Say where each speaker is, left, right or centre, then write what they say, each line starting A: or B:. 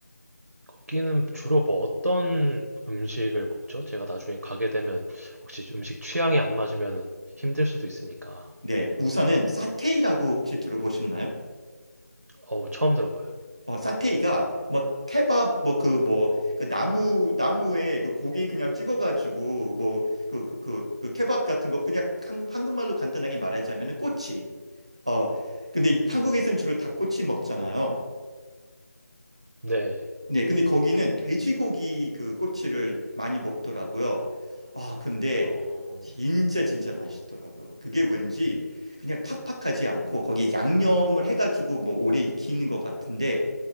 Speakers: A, on the right; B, on the right.
A: 거기는 주로 뭐 어떤 음식을 먹죠? 제가 나중에 가게 되면 혹시 음식 취향이 안 맞으면 힘들 수도 있으니까.
B: 네, 우선은 사테이라고 혹시 들어보셨나요?
A: 어우, 처음 들어봐요.
B: 어, 사테이가 뭐 케밥 뭐 그 뭐 그 나무 나무에 그 고기 그냥 찍어가지고 뭐 그 그 그 그 케밥 같은 거 그냥 한, 한국말로 간단하게 말하자면은 꼬치. 어 근데
A: 음,
B: 한국에서는 주로 닭꼬치 먹잖아요.
A: 네.
B: 네, 근데 거기는 돼지고기 그 꼬치를 많이 먹더라고요. 아 근데
A: 어,
B: 진짜 진짜 맛있더라고요. 그게 왠지 그냥 팍팍하지 않고 거기에 양념을 해가지고 뭐 오래 익히는 것 같은데